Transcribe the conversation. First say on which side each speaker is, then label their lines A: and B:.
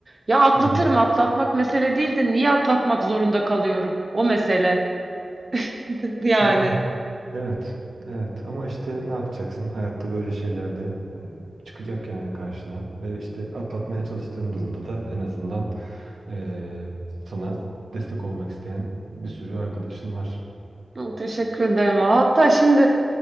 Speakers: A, on the right (about 35°); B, on the right (about 80°).
A: Ya atlatırım
B: Hı hı.
A: atlatmak mesele değil de niye atlatmak zorunda kalıyorum? O mesele <laughs> yani.
B: Ya Evet, evet ama işte ne yapacaksın? Hayatta böyle şeyler de e, çıkacak yani karşına. Ve işte atlatmaya çalıştığın durumda da en azından e, sana destek olmak isteyen bir sürü arkadaşın var.
A: Hı, Teşekkür ederim. Hatta şimdi